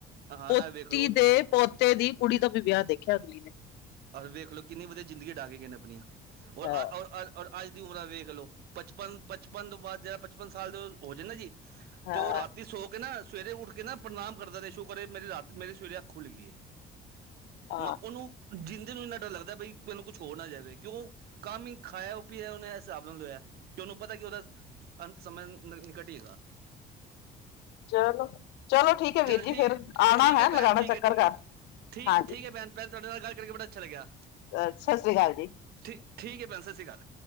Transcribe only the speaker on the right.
ਹਾਂ
ਇਹ ਵੇਖ ਲਓ
ਵੇਖ ਲਓ ਕਿੰਨੀ ਵਧੀਆ ਜ਼ਿੰਦਗੀ ਹੰਡਾ ਗਏਆਂ ਨੇ ਆਪਣੀਆਂ ਔਰ
ਅਹ। ਔਰ ਅੱਜ ਦੀ ਉਮਰ ਵੇਖ ਲੋ ਪਚਪਨ ਪਚਪਨ ਤੋਂ ਬਾਅਦ ਜ ਪਚਪਨ ਸਾਲ ਦੇ ਹੋ ਜੇ ਨਾ ਜੀ।
ਅਤੇ ਉਹ ਰਾਤੀ ਸੌ ਕੇ ਨਾ ਸਵੇਰੇ ਉੱਠ ਕੇ ਨਾ ਪ੍ਰਨਾਮ ਕਰਦਾ ਸ਼ੁਕਰ ਏ ਮੇਰੀ ਸਵੇਰੇ ਅੱਖ ਖੁੱਲ ਗਈ ਏ।
ਮ ਉਹਨੂੰ ਜਿੰਦੇ ਨੂੰ ਇੰਨਾ ਡਰ ਲੱਗਦਾ ਬਈ ਮੈਨੂੰ ਕੁਛ ਹੋਰ ਨਾ ਜਾਵੇ ਕਿਉਂ? ਕੰਮ ਹੀ ਖਾਇਆ ਉਹ ਪੀ ਉਹਨੇ ਹਿਸਾਬ ਨਾਲ ਹੋਇਆ ਤੇ ਉਹਨੂੰ ਪਤਾ ਕਿ ਉਹਦਾ। ਅੰਤ ਸਮਾਂ ਨਿਕਟ ਹੀ ਹੈਗਾ।
ਚਲ
ਠੀਕ
ਠੀਕ
ਭੈਣ ਠੀਕ
ਹੈ ਠੀਕ
ਹੈ ਠੀਕ
ਠੀਕ ਹੈ ਭੈਣ ਤੁਹਾਡੇ ਨਾਲ ਗੱਲ ਕਰਕੇ ਬੜਾ ਅੱਛਾ ਲਗਿਆ
ਠੀਕ ਠੀਕ ਹੈ ਭੈਣ ਸਤ ਸ਼੍ਰੀ ਅਕਾਲ